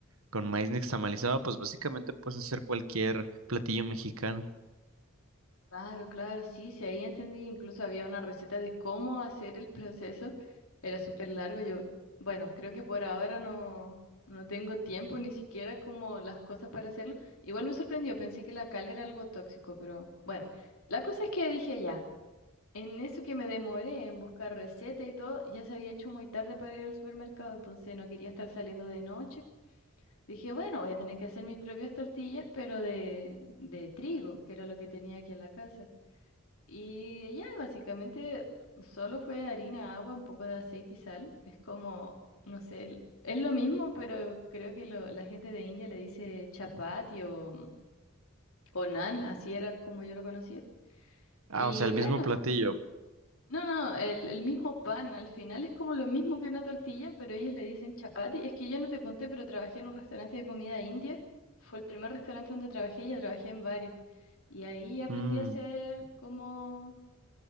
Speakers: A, on the right; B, on the left.
A: con maíz nixtamalizado, pues básicamente puedes hacer cualquier platillo mexicano.
B: claro, claro, sí, sí, ahí entendí. Incluso había una receta de cómo hacer el proceso. Era súper largo. Yo, bueno, creo que por ahora no, no tengo tiempo ni siquiera como las cosas para hacerlo. Igual me sorprendió, pensé que la cal era algo tóxico, pero bueno, la cosa es que dije ya, en eso que me demoré en buscar receta y todo, ya se había hecho muy tarde para ir al supermercado, entonces no quería estar saliendo de noche. Dije, bueno, voy a tener que hacer mis propias tortillas, pero de, de trigo, que era lo que tenía aquí en la casa. Y ya, básicamente solo fue harina, agua, un poco de aceite y sal. Es como, no sé, el- es lo mismo, pero creo que lo- la gente de India le dice chapati o, o naan, así era como yo lo conocía.
A: Ah,
B: Y
A: o sea, el
B: bueno,
A: mismo platillo.
B: No, no, el, el mismo pan al final es como lo mismo que una tortilla, pero ellos le dicen chapati. Es que yo no te conté, pero trabajé en un restaurante de comida india. Fue el primer restaurante donde trabajé, ya trabajé en varios. Y ahí aprendí
A: Mm.
B: a hacer como